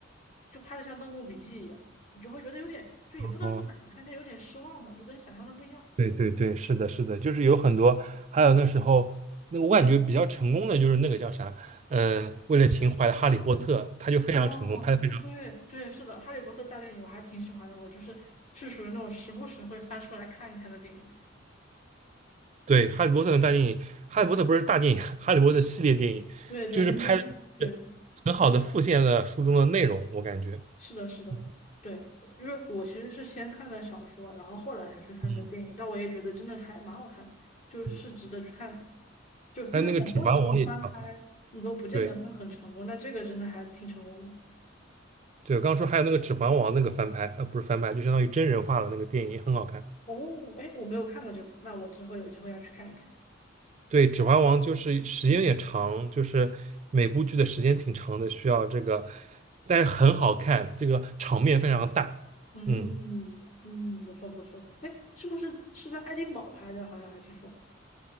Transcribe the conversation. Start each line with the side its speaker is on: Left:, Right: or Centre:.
Left: 就拍的像《盗墓笔记》一样，你就会觉得有点就也不能说难看，
Right: 哦，
Left: 但有点失望嘛，就跟想象的不一样。
Right: 对对对，是的，是的，就是有很多，还有那时候那个我感觉比较成功的就是那个叫啥，嗯、为了情怀的《哈利波特》，他就非常成功，
Left: 哦，
Right: 拍的非常
Left: 对对，是的，《哈利波特》大电影我还挺喜欢的，我就是是属于那种时不时会翻出来看一看的电影。
Right: 对。《哈利波特》的大电影，《哈利波特》不是大电影，《哈利波特》系列电影，
Left: 对对，
Right: 就是拍的
Left: 那那对，
Right: 很好的复现了书中的内容，我感觉。
Left: 是的，是的，
Right: 嗯
Left: 对，因为我其实是先看的小说，然后后来才去看的电影，
Right: 嗯
Left: 但我也觉得真的还蛮好看的，就是值得去看的。
Right: 嗯。
Left: 就因为很多时候翻拍你都不见得会很成功，
Right: 还有那个《指环王》也挺好看。对
Left: 但这个真的还挺成功的。
Right: 对，我刚刚说还有那个《指环王》那个翻拍，呃，不是翻拍，就相当于真人化了那个电影也很好看。
Left: 哦，哎，我没有看过这个，那我之后有机会要去看一看。
Right: 对，《指环王》就是时间也长，就是每部剧的时间挺长的，需要这个，但是很好看，这个场面非常大。
Left: 嗯嗯，
Right: 嗯，
Left: 不错不错。哎，是不是是在爱丁堡拍的？好像还听说。